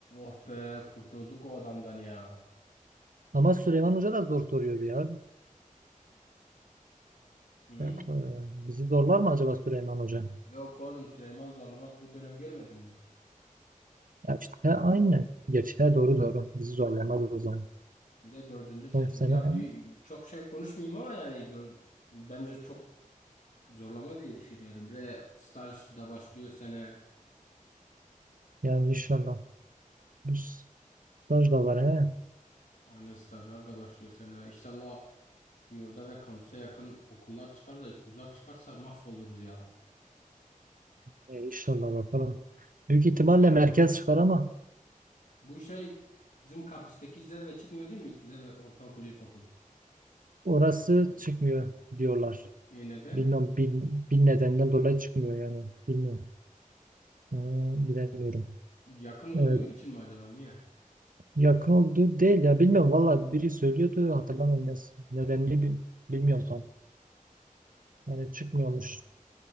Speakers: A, on the left; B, on the right.
A: Oh be kurtulduk o adamdan ya.
B: Ama Süleyman Hoca da zor soruyor ya.
A: Hı?
B: Ya, e, Bizi zorlar mı acaba Süleyman Hoca?
A: Yok oğlum Süleyman Zorlamaz bu dönem görmedin mi?
B: Ya işte he, aynı. Geç. He, doğru doğru. Bizi zorlamaz o zaman.
A: Bir de dördüncü sınıfız.
B: Son sene
A: Ya bir, çok şey konuşmayayım ama yani dur, bence çok zorlamaz diye düşünüyorum. Bir de staj da başlıyor sene.
B: yani inşallah. Bu Staj da var he.
A: Aynen stajlar da başlıyor sene. İnşallah yurda ve kampüse yakın okullar çıkar da uzak çıkarsa mahvoluruz ya.
B: E, inşallah bakalım. Büyük ihtimalle merkez çıkar ama
A: Bu şey bizim kampüsteki zirve çıkmıyor değil mi? İlk zirve ortaokul, ilkokul.
B: orası çıkmıyor diyorlar.
A: E neden?
B: Bilmiyorum bin, bin nedenden dolayı çıkmıyor yani. Bilmiyorum. Ee, bilemiyorum.
A: Yakın olduğu
B: Ee,
A: için mi acaba? Niye?
B: Yakın olduğu değil ya bilmiyorum valla biri söylüyordu hatırlamıyorum ne- nedenini bil- bilmiyorum tam. Yani çıkmıyormuş.